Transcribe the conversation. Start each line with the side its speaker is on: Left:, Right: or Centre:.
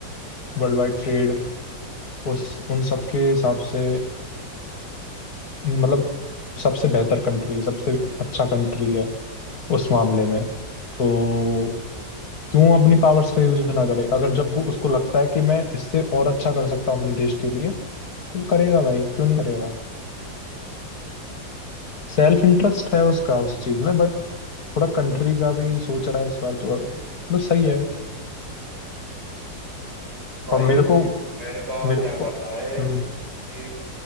Left: world wide trade उस उन सब के हिसाब से मतलब सबसे बेहतर कंट्री सबसे अच्छा कंट्री है उस मामले में तो क्यों अपनी पावर्स का यूज ना करे अगर जब वो उसको लगता है कि मैं इससे और अच्छा कर सकता हूँ अपने देश के लिए तो वो करेगा भाई क्यों नहीं करेगा सेल्फ इंटरेस्ट है उसका उस चीज में बट थोड़ा कंट्री का भी सोच रहा है इस बार तो मतलब सही है
Right: भाई
Left: और मेरे
Right: देख
Left: को
Right: अमेरिका
Left: मेरे
Right: क्या
Left: को
Right: कर रहा है
Left: हम्म
Right: कि